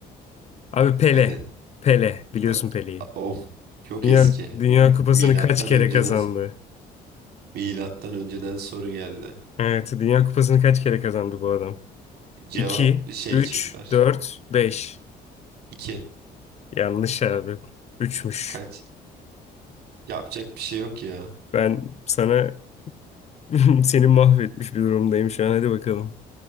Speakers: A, on the left (about 40°); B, on the right (about 70°).
A: Abi Pele.
B: Hadi.
A: Pele. Biliyorsun
B: A-
A: Pele'yi.
B: Of, çok
A: Dünya,
B: eski.
A: Dünya
B: Mi-
A: Kupası'nı
B: Milattan
A: kaç kere
B: önceden
A: kazandı?
B: milattan önceden soru geldi.
A: Evet. Dünya Kupası'nı kaç kere kazandı bu adam?
B: Cevap
A: 2,
B: şey
A: 3,
B: çıkar.
A: 4, 5.
B: 2.
A: Yanlış abi. Üçmüş.
B: Kaç? Yapacak bir şey yok ya.
A: Ben sana <laughs> seni mahvetmiş bir durumdayım şu an. Hadi bakalım.